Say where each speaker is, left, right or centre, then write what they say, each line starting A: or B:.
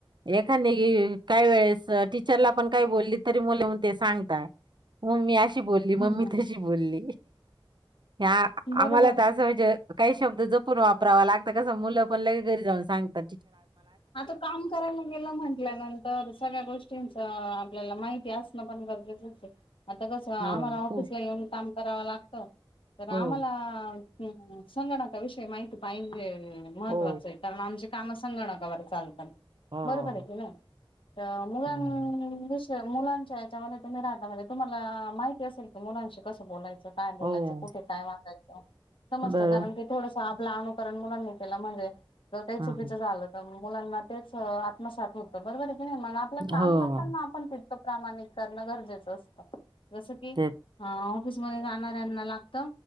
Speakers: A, on the right; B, on the left.
A: एखांदे काही वेळेस टीचरला पण काही बोलली तरी मुलं मग ते सांगता मम्मी अशी बोलली मम्मी
B: हम्म
A: तशी बोलली ह
B: बरोबर
A: आम्हाला तर असं म्हणजे काही शब्द जपून वापरावा लागत कसं मुलं पण घरी जाऊन सांगाता
B: आता काम करायला गेलं म्हंटल्यानंतर सगळ्या गोष्टीं आपल्याला माहिती असणं पण गरजेचंचय आता कसं आम्हाला
A: हो
B: ऑफिसला
A: खूप
B: येऊन का करावा लागत तर आम्हाला
A: हो
B: संगणका विषय माहिती पाहिजे महत्त्वाचं
A: हो
B: आहे कारण आमची काम संगणकावर चालतात
A: हो
B: बरोबर आह ना मुला
A: हम्म
B: आआआ मुलांच्या याच्यामध्ये तुम्ही राहता तुम्हाला माहिती असेल कि मुलांशी कसं बोलायचं काय बोलायचं,
A: हो
B: कुठे काय वागयच, समत
A: बर
B: कारण की थोड.. आपला अनुकरण मुलांनी केलं म्हणजे ज काही
A: हम्म
B: चुकीचं झालं? तर मुलांना तेच आत्मसात होतं बरोबर आहे, की नाही मग आपलं काम
A: हो
B: करताना आपण तकं, प्रमाणण गरजेच असत, जस की
A: ते
B: ऑफीस जाणाऱ्यांना लागत